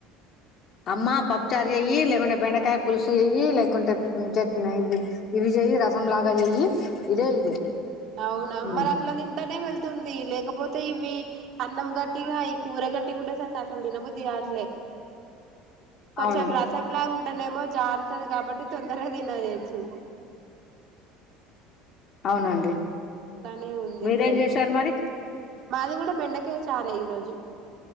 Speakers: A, on the left; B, on the right.
A: అమ్మా పప్పుచారు చెయ్యి లేకుంటే బెండకాయ పులుసు చెయ్యి లేకుంటే చట్నీ ఇది ఇవి చెయ్యి రసంలాగ చెయ్యి ఇదే ఇదే
B: అవునా
A: ఉమ్
B: మరి అట్ల తింటానే వెళ్తుంది లేకపోతే ఇవి అన్నం గట్టిగా ఈ కూర గట్టిగ ఉండే సరికి అసలు తినబుద్ధి కాట్లే కొంచెం
A: అవును
B: రసంలాగ ఉంటనేమో జారుతది కాబట్టి తొందరగ తినేయొచ్చు
A: అవునండి
B: అలానే ఉంది
A: మీరేం
B: ఇప్పుడైతే
A: చేశారు మరి
B: మాది కూడ బెండకయ చారే ఈరోజు